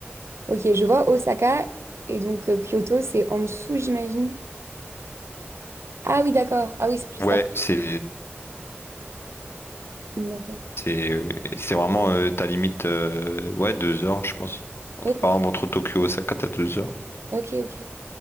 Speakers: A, on the right (about 80°); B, on the left (about 60°).
A: Ok, je vois Osaka et donc euh, Kyoto, c'est en dessous, j'imagine. Ah oui, d'accord. Ah oui, c'est juste
B: Ouais,
A: à
B: c'est
A: côté. D'accord.
B: C'est c'est vraiment euh, ta limite, euh, ouais, deux heures, je pense. Entre,
A: Ok.
B: par exemple, entre Tokyo et Osaka, t'as deux heures.
A: Ok, ok.